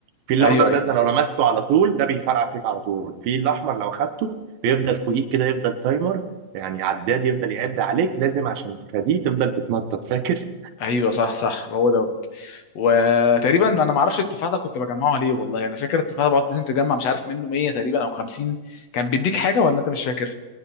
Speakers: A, on the right; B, on the left.
A: في الاخضر
B: ايوه ايوه
A: ده انت لو لمسته على طول ده بيفرقع فيك على طول في الاحمر لو خدته بيفضل فوقيك كده يفضل تايمر يعني عداد يفضل يعد عليك لازم عشان تفاديه تفضل تتنطط فاكر
B: ايوه صح صح هو ده وتقريبا انا ما اعرفش التفاحه ده كنت بجمعه ليه والله انا فاكر التفاحه ده بقعد لازم تجمع مش عارف منه 100 تقريبا او 50 كان بيديك حاجه ولا انت مش فاكر